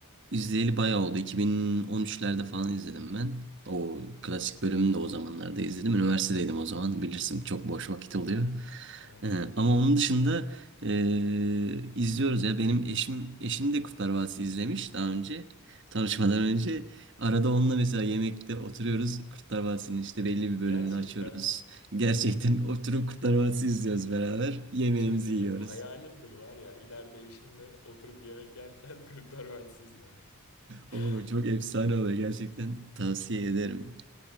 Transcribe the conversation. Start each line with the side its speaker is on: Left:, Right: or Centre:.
Right: izleyeli bayağı oldu. 2013'lerde falan izledim ben. O klasik bölümünü de o zamanlarda izledim. Üniversitedeydim o zaman bilirsin çok boş vakit oluyor.
Left: Hı hı. Evet.
Right: Ee, ama onun dışında ee, izliyoruz ya benim eşim eşim de Kurtlar Vadisi izlemiş daha önce tanışmadan önce. Arada onunla mesela yemekte oturuyoruz Kurtlar Vadisi'nin işte belli bir
Left: Gerçekten
Right: bölümünü açıyoruz.
Left: mi?
Right: Gerçekten oturup Kurtlar Vadisi izliyoruz beraber yemeğimizi
Left: Çok iyi.
Right: yiyoruz.
Left: Hayalimdir var ya. ileride eşimle oturup yemek yerken <laughs> Kurtlar Vadisi izlemek. <laughs>
Right: Oo, çok efsane oluyor gerçekten tavsiye ederim